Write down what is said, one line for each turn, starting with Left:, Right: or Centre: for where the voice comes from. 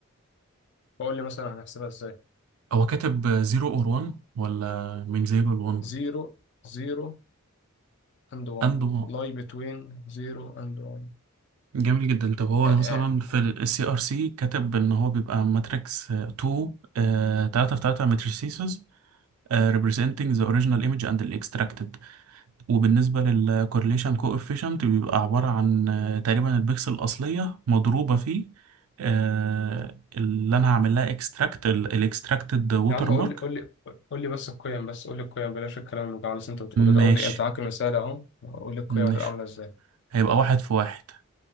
Left: فقول لي مثلا هنحسبها ازاي
Right: هو كاتب زيرو اور وان ولا من زيرو لوان
Left: زيرو زيرو and 1
Right: عنده
Left: lie between 0 and 1
Right: جميل جدا طب هو
Left: يعني
Right: مثلا في السي ار سي كاتب ان هو بيبقى ماتريكس 2 3 في 3 ماتريسيز representing the original image and the extracted وبالنسبة للكورليشن كوفيشنت بيبقى عبارة عن آه، تقريبا البكسل الأصلية مضروبة في آه، اللي أنا هعمل لها اكستراكت الاكستراكتد ووتر
Left: يا عم
Right: مارك
Left: قول لي قول لي قول لي بس القيم بس قول لي القيم بلاش الكلام اللي بتاع اللي انت بتقوله ده
Right: ماشي
Left: قول لي انت معاك المثال اهو قول لي القيم
Right: ماشي
Left: هتبقى عامله ازاي
Right: هيبقى واحد في واحد